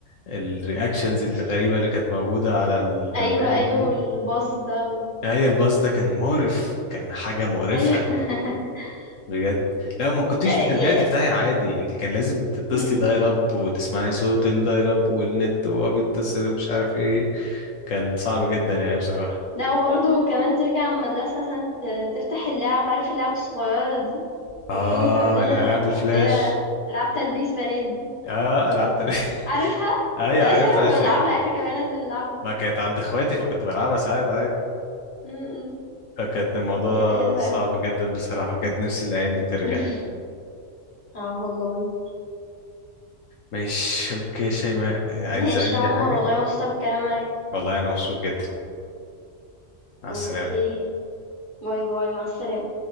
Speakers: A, on the left (about 80°); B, on the left (about 40°).
A: الرياكشنز الغريبة اللي كانت موجودة على البرنامج
B: أيوه، أيوه
A: دي
B: والباص ده و
A: هي الباص ده كان مقرف كان حاجة مقرفة
B: أيوه <laughs>
A: بجد لو ما كنتيش
B: أ
A: بترجعي
B: ي
A: تفتحي عادي انت كان لازم تتصلي
B: إمم.
A: دايل اب وتسمعي صوت الدايل اب والنت وهو بيتصل ومش عارف ايه كان صعب جدا يعني بصراحة
B: لأ وبرضه كمان ترجع من المدرسة مثلًا ت تفتح اللعَب، عارف اللعَب الصغيّرة دي؟
A: اه
B: كان في عندنا
A: الالعاب الفلاش
B: اللي هي ألعاب تلبيس بنات دي.
A: اه العاب تاريخ
B: عارفها؟
A: <laughs> ايوه
B: لأ
A: عارفها
B: أصل إحنا كنا
A: عشان
B: بنلعبها،
A: كان
B: إحنا كبنات بنلعبها.
A: ما كانت عند اخواتي فكنت بلعبها ساعات عادي
B: إمم، إمم.
A: فكانت الموضوع
B: دي كانت حلوة
A: صعب
B: أوي.
A: جدا بصراحة بجد نفسي الأيام دي ترجع
B: <laughs> آه والله.
A: ماشي أوكي شيماء عايزة
B: ماشي
A: أي
B: يا عمر،
A: حاجة
B: والله مبسوطة بالكلام معاك.
A: والله أنا مبسوط جدا مع
B: أوكي،
A: السلامة
B: باي، باي، مع السلامة.